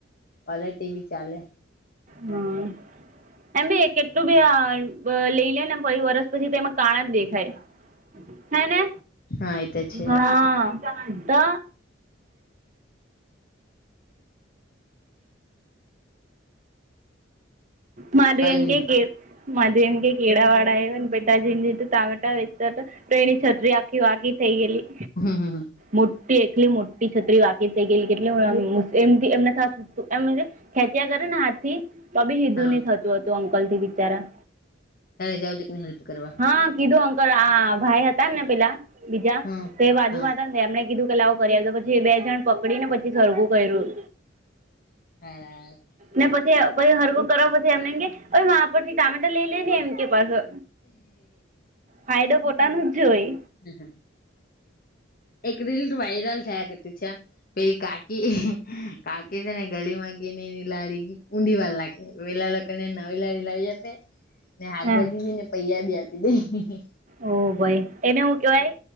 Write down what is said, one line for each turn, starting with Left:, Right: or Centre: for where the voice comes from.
Left: ક્વોલિટી બી ચાલે
Right: હા એમ બી કેટલું બી અ લઈ ને પહી વરસ પછી તો એમાં કાણા જ દેખાય. હેને
Left: હા એ તો છે
Right: હા તો મારુ
Left: કઈ
Right: એમ
Left: નહી
Right: કેે માધવી એમ કે કેળા વાડા આયવાને પિતાજીન ઈતો ટામેટા વેચતા તા તો એની છત્રી આખી વાકી થઈ ગેલી.
Left: હમ હમ.
Right: મોટી એકલી મોટી છત્રી વાકી થઈ ગયેલી કેટલી એમ એમને થતું એમ મજે ખેંચ્યા કરે ને હાથ થી તોબી હીધુ
Left: હા
Right: ની થતું હતું અંકલ થી બિચારા
Left: તારે જાવું જોઈએ કે હેલ્પ કરવા.
Right: હા કીધું અંકલ આ ભાઈ હતા ને પેલા બીજા
Left: હા
Right: તો એ બાજુમાં
Left: હા
Right: હતા ને એમણે કીધું લાવ કરીઆલુ તો પછી બે જણ પકડી ને પછી સરખુ કર્યું.
Left: સરસ
Right: ને પછી પછી હરખુ કરવા પછી એમને કે મારા પરથી ટામેટર લઈ લે ને એમ કે પાસો ફાયદો પોતાનું જ જોય.
Left: હ એક રીલ વાયરલ થયા કરતી છે. પેલી કાકી હં કાકી છે ને ગલીમાં ગેય ને એની લારી ઉધી વાળ લાખે પેલા લોકોને નવી લારી લાવી આપે ને હાકભાજી
Right: હા
Left: બી ને પૈહા બી આપી દે.
Right: ઓ ભાઈ એને હું કેવાય